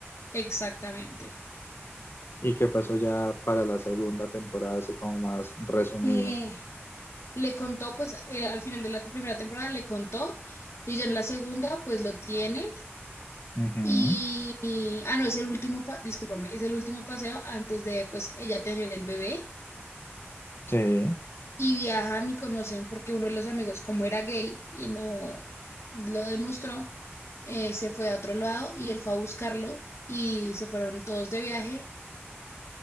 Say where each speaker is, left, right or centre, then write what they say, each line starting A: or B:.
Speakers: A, on the left; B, on the left.
A: Exactamente.
B: ¿Y qué pasó ya para la segunda temporada, así como más resumido?
A: Eh, le contó, pues eh, al final de la primera temporada le contó y ya en la segunda, pues lo tiene
B: Ujú.
A: Y, y- ah, no, es el último, pa- discúlpame, es el último paseo antes de, pues, ella tener el bebé.
B: Sí,
A: Y viajan y conocen porque uno de los amigos, como era gay y no lo demostró, eh, se fue a otro lado y él fue a buscarlo y se fueron todos de viaje